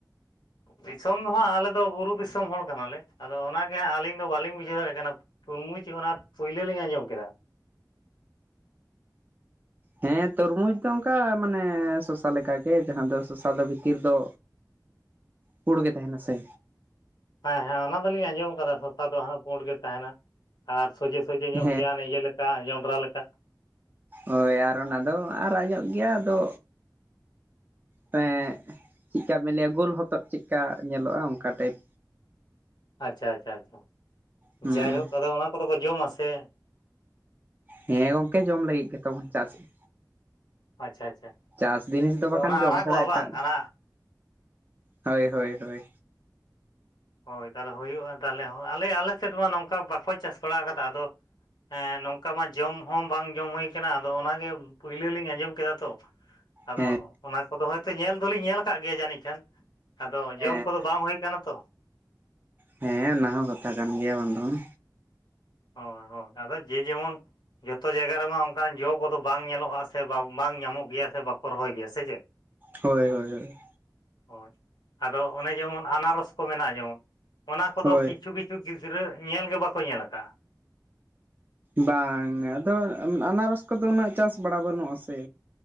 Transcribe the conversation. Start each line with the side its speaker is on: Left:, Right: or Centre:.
Left: ᱫᱤᱥᱚᱢ ᱫᱚ ᱦᱟᱸᱜ ᱟᱞᱮ ᱫᱚ ᱵᱩᱨᱩ ᱫᱤᱥᱚᱢ ᱦᱚᱲ ᱠᱟᱱᱟᱞᱮ ᱟᱫᱚ ᱚᱱᱟ ᱜᱮ ᱦᱟᱸᱜ ᱟᱹᱞᱤᱧ ᱫᱚ ᱵᱟᱹᱞᱤᱧ ᱵᱩᱡᱷᱟᱹᱣ ᱫᱟᱲᱮᱭᱟᱜ ᱠᱟᱱᱟ᱾ ᱛᱩᱨᱢᱩᱡᱽ ᱚᱱᱟ ᱯᱟᱹᱭᱞᱟᱹ ᱞᱤᱧ ᱟᱸᱡᱚᱢ ᱠᱮᱫᱟ᱾
Right: ᱦᱮᱸ ᱛᱚᱨᱢᱩᱡᱽ ᱫᱚ ᱚᱝᱠᱟ ᱢᱟᱱᱮ ᱥᱚᱥᱟ ᱞᱮᱠᱟ ᱜᱮ ᱡᱟᱦᱟᱸ ᱫᱚ ᱥᱚᱥᱟ ᱫᱚ ᱵᱷᱤᱛᱤᱨ ᱫᱚ ᱯᱩᱲ ᱜᱮ ᱛᱟᱦᱮᱸᱱᱟ ᱥᱮ᱾
Left: ᱦᱮᱸ ᱦᱮᱸ ᱚᱱᱟ ᱫᱚᱞᱤᱧ ᱟᱸᱡᱚᱢ ᱠᱟᱫᱟ ᱥᱚᱥᱟ ᱫᱚ ᱦᱟᱸᱜ ᱯᱩᱸᱰ ᱜᱮ ᱛᱟᱦᱮᱱᱟ, ᱟᱨ ᱥᱚᱡᱷᱮ ᱥᱚᱡᱷᱮ ᱧᱚᱜ
Right: ᱦᱮᱸ
Left: ᱜᱮᱭᱟ ᱚᱱᱮ ᱤᱭᱟᱹ ᱞᱮᱠ ᱠᱟ ᱡᱚᱸᱱᱰᱨᱟ ᱞᱮᱠᱟ᱾
Right: ᱦᱳᱭ ᱟᱨ ᱚᱱᱟ ᱫᱚ ᱟᱨᱟᱜ ᱧᱚᱜ ᱜᱮᱭᱟ ᱟᱫᱚ ᱛᱟᱦᱮᱸᱜ ᱪᱤᱜᱠᱟ ᱵᱮᱱ ᱞᱟᱹᱭᱟ ᱜᱳᱞ ᱦᱚᱛᱚᱫ ᱪᱤᱜᱠᱟ ᱧᱮᱞᱚᱜ-ᱟ ᱚᱱᱠᱟ ᱴᱟᱭᱤᱯ᱾
Left: ᱟᱪᱪᱷᱟ ᱟᱪᱪᱷᱟ ᱟᱪᱪᱷᱟ
Right: ᱦᱩᱸ
Left: ᱡᱟᱭᱦᱳᱠ ᱟᱫᱚ ᱚᱱᱟ ᱠᱚᱫᱚ ᱠᱚ ᱡᱚᱢᱟ ᱥᱮ
Right: ᱦᱮᱸ ᱜᱚᱝᱠᱮ ᱡᱚᱢ ᱞᱟᱹᱜᱤᱫ ᱜᱮᱛᱚ ᱵᱚᱱ ᱪᱟᱥᱮᱜ-ᱟ᱾
Left: ᱟᱪᱪᱷᱟ ᱟᱪᱪᱷᱟ
Right: ᱪᱟᱥ ᱡᱤᱱᱤᱥ ᱫᱚ
Left: ᱟᱫᱚ
Right: ᱵᱟᱠᱷᱟᱱ
Left: ᱚᱱᱟ
Right: ᱡᱚᱢ
Left: ᱟᱨᱟᱜᱚᱜᱼᱟ
Right: ᱪᱷᱟᱲᱟ ᱮᱴᱟᱜ
Left: ᱵᱟᱝ ᱚᱱᱟ
Right: ᱦᱳᱭ ᱦᱳᱭ ᱦᱳᱭ᱾
Left: ᱦᱳᱭ ᱛᱟᱦᱞᱮ ᱦᱩᱭᱩᱜᱼᱟ ᱛᱟᱦᱞᱮ ᱦᱚᱸ ᱟᱞᱮ ᱟᱞᱮ ᱥᱮᱫ ᱢᱟ ᱱᱚᱝᱠᱟ ᱵᱟᱠᱚ ᱪᱟᱥ ᱵᱟᱲᱟ ᱟᱠᱟᱫᱟ ᱟᱫᱚ ᱦᱮᱸ ᱱᱚᱝᱠᱟ ᱢᱟ ᱡᱚᱢ ᱦᱚᱸ ᱵᱟᱝ ᱡᱚᱢ ᱦᱳᱭ ᱠᱟᱱᱟ ᱟᱫᱚ ᱚᱱᱟᱜᱮ᱾ ᱯᱟᱹᱭᱞᱟᱹ ᱞᱤᱧ ᱟᱸᱡᱚᱢ ᱠᱮᱫᱟ ᱛᱚ᱾ ᱟᱫᱚ
Right: ᱦᱮᱸ
Left: ᱚᱱᱟ ᱠᱚᱫᱚ ᱦᱳᱭᱛᱳ ᱧᱮᱞ ᱫᱚᱞᱤᱧ ᱧᱮᱞ ᱠᱟᱜ ᱜᱮᱭᱟ ᱡᱟᱹᱱᱤᱡ ᱠᱷᱟᱱ᱾ ᱟᱫᱚ ᱡᱚᱢ
Right: ᱦᱮᱸ
Left: ᱠᱚᱫᱚ ᱵᱟᱝ ᱦᱳᱭ ᱠᱟᱱᱟ ᱛᱚ᱾
Right: ᱦᱮᱸ ᱚᱱᱟ ᱦᱚᱸ ᱠᱟᱛᱷᱟ ᱠᱟᱱ ᱜᱮᱭᱟ ᱵᱟᱝ ᱫᱚ ᱵᱟᱝ᱾
Left: ᱦᱚᱸ ᱦᱚᱸ ᱟᱫᱚ ᱡᱮ ᱡᱮᱢᱚᱱ᱾ ᱡᱚᱛᱚ ᱡᱟᱭᱜᱟ ᱨᱮᱢᱟ ᱚᱱᱠᱟᱱ ᱡᱚ ᱠᱚᱫᱚ ᱵᱟᱝ ᱧᱮᱞᱚᱜ-ᱟ ᱥᱮ ᱵᱟᱝ ᱧᱟᱢᱚᱜ ᱜᱮᱭᱟ ᱥᱮ ᱵᱟᱠᱚ ᱨᱚᱦᱚᱭ ᱜᱮᱭᱟ ᱥᱮ ᱪᱮᱫ?
Right: ᱦᱳᱭ ᱦᱳᱭ ᱦᱳᱭ᱾
Left: ᱦᱚᱭ ᱟᱫᱚ ᱚᱱᱮ ᱡᱮᱢᱚᱱ ᱟᱱᱟᱨᱚᱥ ᱠᱚ ᱢᱮᱱᱟᱜ-ᱟ ᱡᱮᱢᱚᱱ ᱚᱱᱟ ᱠᱚᱫᱚ
Right: ᱦᱳᱭ
Left: ᱠᱤᱪᱷᱩ ᱠᱤ ᱠᱤᱪᱷᱩ ᱜᱤᱫᱽᱨᱟᱹ ᱧᱮᱞ ᱜᱮ ᱵᱟᱠᱚ ᱧᱮᱞ ᱟᱠᱟᱜ-ᱟ᱾
Right: ᱵᱟᱝ ᱟᱫᱚ ᱟᱱᱟᱨᱚᱥ ᱠᱚᱫᱚ ᱩᱱᱟᱹᱜ ᱪᱟᱥ ᱵᱟᱲᱟ ᱵᱟᱹᱱᱩᱜ-ᱟ ᱥᱮ᱾